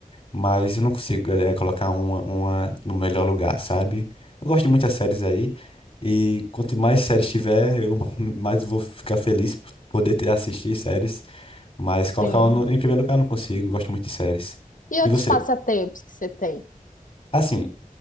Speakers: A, on the left; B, on the left.
A: mas eu não consigo, eh, colocar uma, uma no melhor lugar, sabe? Eu gosto de muitas séries aí, e quanto mais séries tiver, eu <laughs> mais vou ficar feliz por poder ter, assistir séries, mas colocar
B: Sim.
A: uma no- em primeiro lugar eu não consigo, eu gosto muito de séries.
B: E outros
A: E você?
B: passatempos que você tem?
A: Assim,